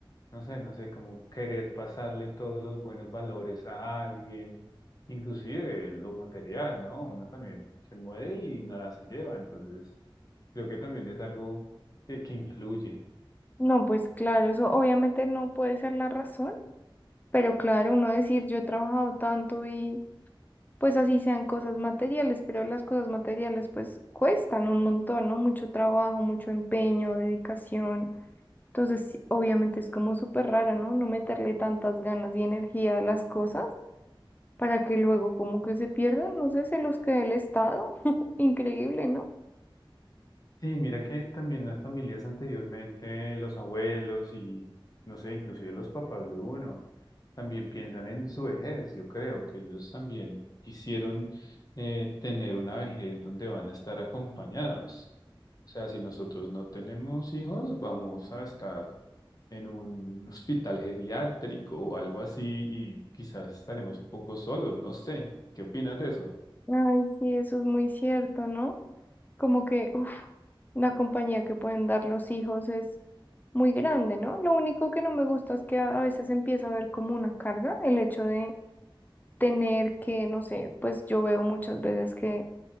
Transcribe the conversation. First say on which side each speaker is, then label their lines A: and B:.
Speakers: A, on the left; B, on the left.
A: no sé, no sé, como querer pasarle todos los buenos valores a alguien, inclusive lo material, ¿no? Uno también se muere y nada se lleva, entonces creo que también es algo que que influye.
B: No, pues claro, eso obviamente no puede ser la razón, pero claro, uno decir yo he trabajado tanto y pues así sean cosas materiales, pero las cosas materiales pues cuestan un montón, ¿no? Mucho trabajo, mucho empeño, dedicación. Entonces, sí, obviamente es como súper raro, ¿no? No meterle tantas ganas y energía a las cosas para que luego como que se pierdan, no sé, se los quede el Estado. <laughs> Increíble, ¿no?
A: Sí, mira que también las familias anteriormente, los abuelos y, no sé, inclusive los papás de uno, también piensan en su vejez. Yo creo que ellos también quisieron eh, tener una vejez donde van a estar acompañados. O sea, si nosotros no tenemos hijos, vamos a estar en un hospital geriátrico o algo así y quizás estaremos un poco solos, no sé. ¿Qué opinas de eso?
B: Ay, sí, eso es muy cierto, ¿no? Como que, uff, la compañía que pueden dar los hijos es muy grande, ¿no? Lo único que no me gusta es que a a veces empieza a ver como una carga el hecho de tener que, no sé, pues yo veo muchas veces que